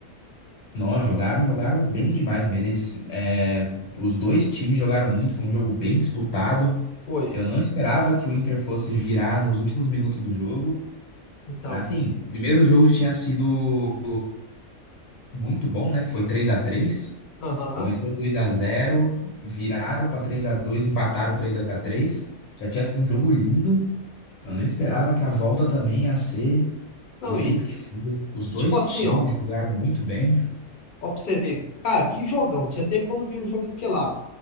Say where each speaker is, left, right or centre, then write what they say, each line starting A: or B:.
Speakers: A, on the left; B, on the left.
A: Nós jogaram, jogaram bem demais. Mereci, é, os dois times jogaram muito, foi um jogo bem disputado.
B: Foi.
A: Eu não esperava que o Inter fosse virar nos últimos minutos do jogo.
B: Então.
A: Mas assim, primeiro jogo já tinha sido. muito bom, né? Que foi três a três
B: Aham.
A: Começou dois a zero viraram para três a dois empataram três a três Já tinha sido um jogo lindo. Eu não esperava que a volta também ia ser
B: Não,
A: do jeito
B: e,
A: que foi. Os
B: e
A: dois
B: tipo assim,
A: times
B: ó,
A: jogaram muito bem.
B: ó, pra você ver, cara, que jogão. Tinha tempo que eu não vi um jogo daquele lá.